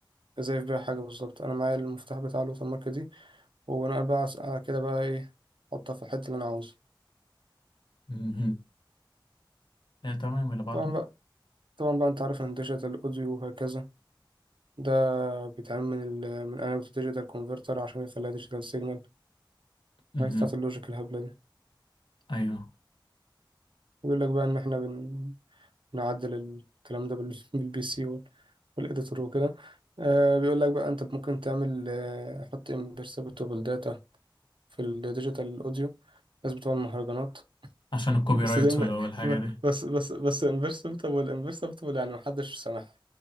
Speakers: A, on the right (about 75°); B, on the left (about 65°).
A: ازاي في بيها حاجة بالظبط انا معايا المفتاح بتاع الوتر مارك دي وبناء بقى على على كده بقى ايه احطها في الحتة اللي انا عاوزها
B: مهم. آه تمام اللي بعده
A: طبعا بقى طبعا بقى انت عارف ان ديجيتال اوديو وهكذا ده بيتعمل من ال من انالوج ديجيتال كونفرتر عشان يخليها ديجيتال سيجنال
B: مهم.
A: الحاجات بتاعت اللوجيك الهبلة دي
B: أيوه
A: بيقول لك بقى ان احنا بن نعدل الكلام ده بال- <laughs> بالبي سي وال- والإديتور وكده آه بيقول لك بقى أنت ممكن تعمل آه حط imperceptible data في الديجيتال أوديو الناس بتوع المهرجانات
B: عشان الكوبي
A: <laughs> بس
B: رايت
A: زي ما-
B: والحاجة
A: <laughs>
B: دي
A: بس بس بس imperceptible imperceptible يعني محدش سامعها